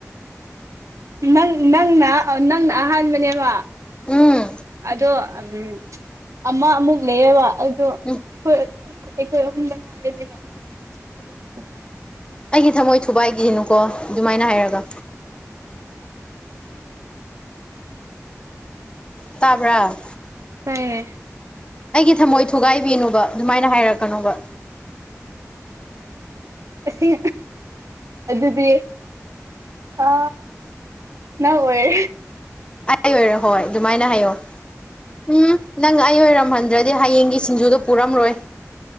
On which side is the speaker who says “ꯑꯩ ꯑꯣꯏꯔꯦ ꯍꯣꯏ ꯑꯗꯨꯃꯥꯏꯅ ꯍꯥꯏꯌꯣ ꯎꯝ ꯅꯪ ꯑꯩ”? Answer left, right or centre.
Left